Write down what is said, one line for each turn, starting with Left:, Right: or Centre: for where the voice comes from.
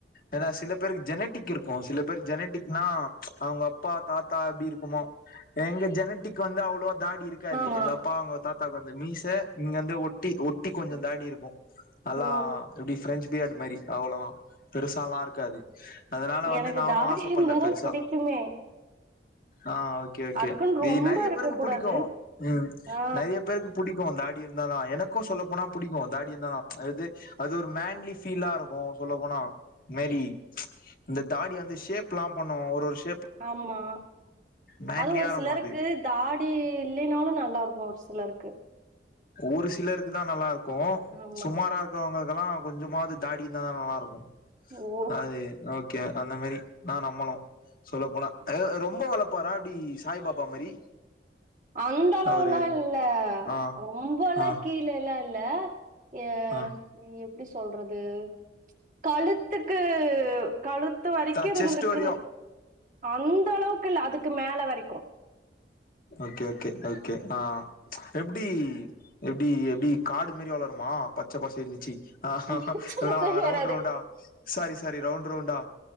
Left: ஏனா சில பேருக்கு ஜெனட்டிக் இருக்கு சில பேர் ஜெனட்டிக்னா அவ்ங்க அப்பா தாத்தா எப்டி இருக்குமோ எங்க ஜெ னடிக் வந்து அவ் ளோ தாடி இருக்காது
Right: ஆமா
Left: எங்கப்பா அவங்க தாத்தாக் வந்து மீச இங்கர்ந்து ஒட் டி ஒட்டி கொஞ்ச தா டி இருக்கு அல்லா
Right: ஓ
Left: எப்டி ப்ரெஞ்ச் பியர்டு மாரி அவ்ளோ தா பெருசால்லா இருக்காது அதனால வந்து
Right: எனக்கு
Left: நானு
Right: தாடி
Left: ஆசப்பட்ல
Right: இருந்தாதா
Left: பெருசா
Right: புடிக்குமே
Left: ஆஹ் ஓகே ஓகே
Right: அதுக்குன்னு
Left: டி
Right: ரொம்ப
Left: நெறைய
Right: இருக்க
Left: பேருக்கு
Right: கூடாது
Left: புடிக்கு உம்
Right: ஆ
Left: நெறைய பேருக்கு புடிக்கு தாடி இருந்தாதா எனக் கு சொல்ல போனா புடிக்கு தாடி இருந்தாதா அது அது ஒரு மேன்லி ஃபிலாருக்கு சொல்ல போனா மாரி இந்த தாடி வந்து ஷேப்பெல்லா பண்ணுவோ ஒரு ஒரு ஷே
Right: ஆமா
Left: மேன்லியா
Right: அது ஒரு
Left: இருக்கு
Right: சிலருக்கு
Left: அது
Right: தாடி இல்லினாலு நல்லாருக்கு சிலருக்கு
Left: ஒரு சிலருக்கு தா நல்லாருக்கு
Right: ஆமா
Left: சுமாரா இருக்கறவங்கள்க்கெல்லா கொஞ்சமாது தாடி இர்ந்தா தா நல்லாருக்கு
Right: ஓ
Left: அது ஓக் கே அந்த மாரி நா நம்மனு சொல்ல போனா அய்யோ எ ரொம்ப வள ப்பாரா அப்டி சாய் பாபா மாரி
Right: அந்தளவுல்லா
Left: அவரு
Right: இல்ல
Left: ஆ
Right: ரொம் பல்லா
Left: ஆ
Right: கீழல்லா இல்ல ய
Left: ஆ
Right: எப் டி சொல்றது கழுத்துக்கு கழுத்து வரைக்கு
Left: த
Right: இருந்திருக்குங்
Left: செஸ்ட் வரையு
Right: அந்தளவுக்கு இல்ல அதுக்கு மேல வரைக்கு
Left: ஓகே ஓகே ஓகே ஆ எப்டி எப்டி எப்டி காடு மாரி வளருமா பச்ச பசேல்னு ச்சி
Right: வரைக்கு
Left: எல்லா ரவுண்ட்
Right: வராது
Left: ரவுண்டா சாரி சாரி ரவுண்ட் ரவுண்டா